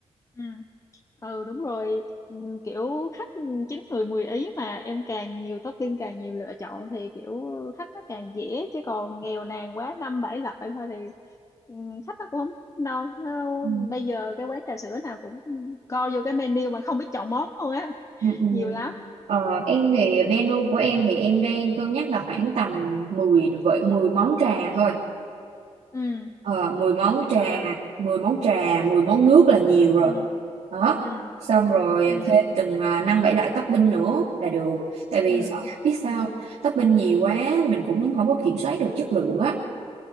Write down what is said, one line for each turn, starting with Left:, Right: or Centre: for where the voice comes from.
Left: ừ ừ đúng rồi Ừm, kiểu khách chín người mười ý mà em càng nhiều topping càng nhiều lựa chọn thì kiểu khách nó càng dễ chứ còn nghèo nàn quá năm bảy loại thôi thì ừm, khách nó cũng không no nó,
Right: Ừ,
Left: bây giờ cái quán trà sữa nào cũng co vô cái menu mà không biết chọn món luôn á
Right: ừ, ừ.
Left: nhiều lắm
Right: Ờ, em thì menu của em thì em đang cân nhắc là khoảng tầm 10 vậy 10 món trà thôi.
Left: ừ
Right: Ờ, 10 món trà,
Left: ờ
Right: 10 món trà, 10 món nước là nhiều rồi.
Left: ừ
Right: Đó.
Left: ừ
Right: Xong rồi
Left: ừ
Right: thêm từng à, năm bảy loại topping nữa là được. Tại vì
Left: ừ
Right: sợ biết sao
Left: ừ
Right: không? topping nhiều quá mình cũng không có kiểm soát được chất lượng á.